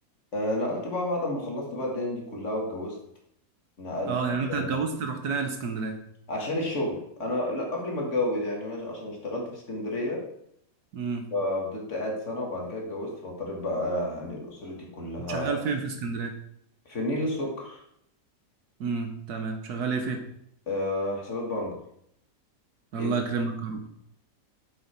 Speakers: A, on the left; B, on the right.
A: آه، نقلت بقى بعد ما خلصت بقى الدنيا دي كلها واتجوزت نقلت
B: اه يعني انت
A: عشان
B: اتجوزت رحت ناقل اسكندريه
A: عشان الشغل انا لا قبل ما اتجوز يعني انا عشان اشتغلت في اسكندريه
B: امم
A: ففضلت قاعد سنه وبعد كده اتجوزت فاضطريت بقى يعني اسرتي كلها
B: كنت شغال فين في اسكندريه
A: في النيل السكر
B: امم تمام شغال ايه فين
A: أه حسابات بنجر
B: الله
A: ايه بقى؟
B: يكرمك يا رب